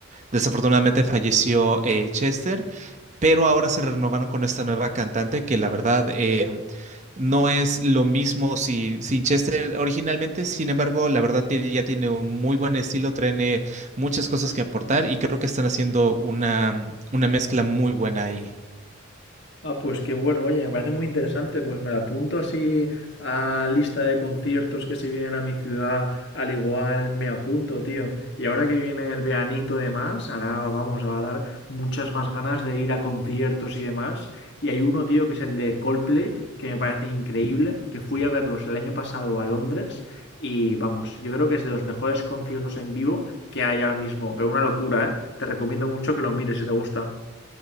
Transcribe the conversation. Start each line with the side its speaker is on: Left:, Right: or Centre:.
Right: Desafortunadamente falleció eh, Chester, pero ahora se renovaron con esta nueva cantante que la verdad eh, no es lo mismo sin, sin Chester originalmente, sin embargo, la verdad tiene- ya tiene un muy buen estilo, tiene muchas cosas que aportar y creo que están haciendo una, una mezcla muy buena ahí.
Left: Ah, pues qué bueno, oye, me parece muy interesante, pues me la apunto así a lista de conciertos que si vienen a mi ciudad, al igual me apunto, tío. Y ahora que viene el veranito y demás, ahora vamos, va a dar muchas más ganas de ir a conciertos y demás. Y hay uno, tío, que es el de Coldplay, que me parece increíble, que fui a verlos el año pasado a Londres y vamos, yo creo que es de los mejores conciertos en vivo que hay ahora mismo, pero una locura, ¿eh? Te recomiendo mucho que lo mires si te gusta.